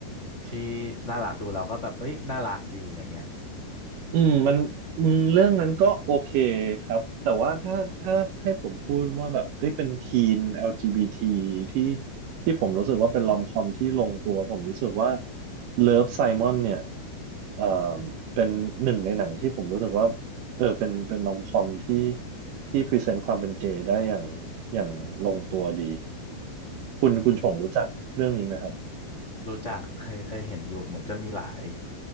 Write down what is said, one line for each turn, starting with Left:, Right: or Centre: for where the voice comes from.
Left: ที่น่ารักดูเราก็แบบเอ้ยน่ารักดีอะไรเงี้ย
Right: อืมมันอืมเรื่องนั้นก็โอเคครับ แต่ว่าถ้าถ้าให้ผมพูดว่าแบบเฮ้ยเป็นทีน LGBT ทีที่ที่ผมรู้สึกว่าเป็นลอมคอมที่ลงตัว ผมรู้สึกว่า Love Simon เนี่ยเอ่อเป็นหนึ่งในหนังที่ผมรู้สึกว่าเออเป็นเป็นลอมคอมที่ที่พรีเซนต์ความเป็นเกย์ได้อย่างอย่างลงตัวดี คุณคุณชงรู้จักเรื่องนี้ไหมครับ
Left: รู้จักเคยเคยเห็นอยู่เหมือนจะมีหลาย